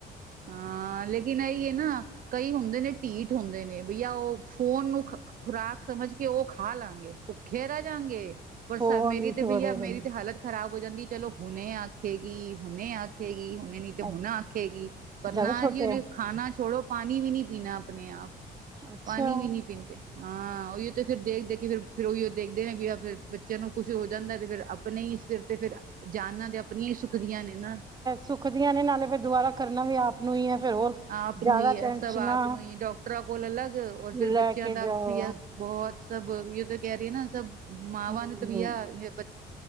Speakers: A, on the right; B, on the right.
A: ਹਾਂ ਲੇਕਿਨ ਏ ਹੀ ਨਾ ਕਈ ਹੁੰਦੇ ਨੇ ਢੀਠ ਹੁੰਦੇ ਨੇ ਬਈ ਆ ਉਹ ਫੋਨ ਨੂੰ ਖੁਰਾਕ ਸਮਝ ਕੇ ਉਹ ਖਾ ਲਾਂਗੇ ਭੁੱਖੇ ਰਹਿ ਜਾਂਗੇ।
B: ਫੋਨ
A: ਮੇਰੀ
B: ਵਿੱਚ
A: ਤੇ ਬਈਆ
B: ਵੜੇ ਰਹਿੰਦੇ
A: ਮੇਰੀ ਤੇ ਹਾਲਤ ਖ਼ਰਾਬ ਹੋ ਜਾਂਦੀ ਚਲੋ ਹੁਣੇ ਆਖੇਗੀ ਹੁਣੇ ਆਖੇਗੀ ਹੁਣੇ ਨੀ ਤੇ
B: ਅੱਛਾ,
A: ਹੁਣ ਆਖੇਗੀ। ਪਰ
B: ਜ਼ਿਆਦਾ
A: ਨਾ
B: ਛੋਟੇ
A: ਜੀ ਉਹਨੇ
B: ਆ
A: ਖਾਨਣਾ ਛੋੜੋ ਪਾਣੀ ਵੀ ਨਹੀਂ ਪੀਣਾ ਆਪਣੇ ਆਪ
B: ਅੱਛਾ
A: ਪਾਣੀ ਵੀ ਨਹੀਂ ਪੀਂਦੇ। ਹਾਂ ਉਹੀਓ ਤੇ ਫਿਰ ਦੇਖ ਦੇਖ ਕੇ ਫਿਰ ਫਿਰ ਉਹੀ ਉਹ ਦੇਖਦੇ ਨੇ ਫਿਰ ਬੱਚਿਆਂ ਨੂੰ ਕੁੱਛ ਹੋ ਜਾਂਦਾ ਤੇ ਫਿਰ ਆਪਣੇ ਹੀ ਸਿਰ ਤੇ ਫਿਰ ਜਾਨਾਂ ਤੇ ਆਪਣੀਆਂ ਹੀ ਸੁਖਦੀਆਂ ਨੇ ਨਾ
B: ਸੁੱਕਦੀਆਂ ਨੇ ਨਾਲੇ ਫਿਰ ਦੁਬਾਰਾ ਕਰਨਾ ਵੀ ਆਪ ਨੂੰ ਹੀ ਹੈ ਫਿਰ ਹੋਰ
A: ਆਪ
B: ਜ਼ਿਆਦਾ
A: ਨੂੰ ਹੀ ਹੈ
B: ਟੈਨਸ਼ਨਾਂ
A: ਸਭ ਆਪ ਨੂੰ ਹੀ ਡਾਕਟਰਾਂ ਕੋਲ ਅਲੱਗ ਔਰ ਫਿਰ
B: ਲੈ
A: ਬੱਚਿਆਂ
B: ਕੇ
A: ਦਾ
B: ਜਾਓ
A: ਬਹੁਤ ਸਭ ਇਹ ਤਾਂ ਕਹਿ ਰਹੀ ਹੈ ਨਾ ਸਭ ਮਾਵਾਂ
B: ਹਮ
A: ਨੇ ਤਾਂ ਵੀਆ ਬ